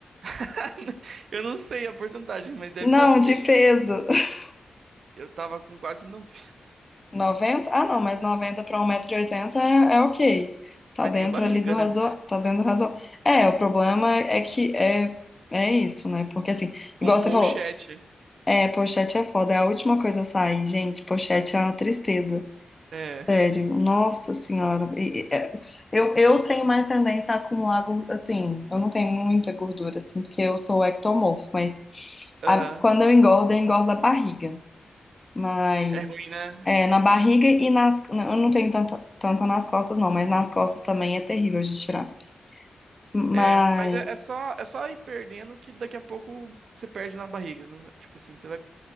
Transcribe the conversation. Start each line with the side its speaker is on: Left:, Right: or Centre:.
Right: <laughs> Eu não sei a porcentagem, mas deve
Left: Não,
Right: estar feio.
Left: de peso. <laughs>
Right: Eu tava com quase noventa,
Left: 90. Ah, não, mas noventa para um 1,80m é, é ok. Tá
Right: Mas
Left: dentro
Right: tenho barriga,
Left: ali do razo...
Right: né?
Left: Tá dentro do razo... É, o problema é que é, é isso, né? Porque assim,
Right: Com
Left: igual
Right: um
Left: você
Right: pochete.
Left: falou. É, pochete é foda, é a última coisa a sair, gente. Pochete é uma tristeza,
Right: É.
Left: sério. Nossa senhora. E- e- é, eu, eu tenho mais tendência a acumular, gor- assim, eu não tenho muita gordura, assim, porque eu sou ectomorfo, mas
Right: Aham.
Left: a- quando eu engordo, eu engordo a barriga. Mas
Right: É ruim, né?
Left: é, na barriga e nas. Eu não tenho tanto, tanto nas costas, não, mas nas costas também é terrível de tirar. Mas.
Right: É, mas é, é só é só ir perdendo que daqui a pouco você perde na barriga, não- Tipo assim, você vai.